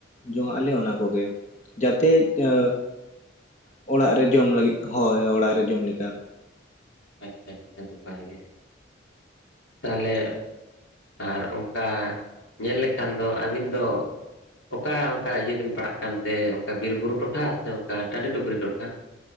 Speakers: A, on the left (about 35°); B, on the left (about 70°).
A: ᱡᱚᱝᱟᱜ ᱟᱞᱮ ᱚᱱᱟ ᱠᱚᱜᱮ ᱾ ᱡᱟᱛᱮ ᱮᱸ ᱚᱲᱟᱜ ᱨᱮ ᱡᱚᱢ ᱞᱟᱹᱜᱤᱫ ᱦᱳᱭ ᱚᱲᱟᱜ ᱨᱮ ᱡᱚᱢ ᱞᱮᱠᱟᱱ ᱾
B: ᱟᱪᱪᱷᱟ ᱟᱪᱪᱷᱟ ᱱᱟᱯᱟᱭ ᱜᱮ, ᱛᱟᱦᱚᱞᱮ ᱟᱨ ᱚᱱᱠᱟ ᱧᱮᱞ ᱞᱮᱠᱷᱟᱱ ᱫᱚ ᱟᱹᱵᱤᱱ ᱫᱚ ᱚᱠᱟ ᱚᱱᱠᱟ ᱤᱭᱟᱹ ᱵᱤᱱ ᱯᱟᱲᱟᱜ ᱠᱟᱱ ᱛᱮ ᱚᱱᱠᱟ ᱵᱤᱨ ᱵᱩᱨᱩ ᱴᱚᱴᱷᱟ ᱥᱮ ᱚᱱᱠᱟ ᱴᱟᱺᱰᱤ ᱴᱩᱯᱨᱤ ᱴᱚᱴᱷᱟ?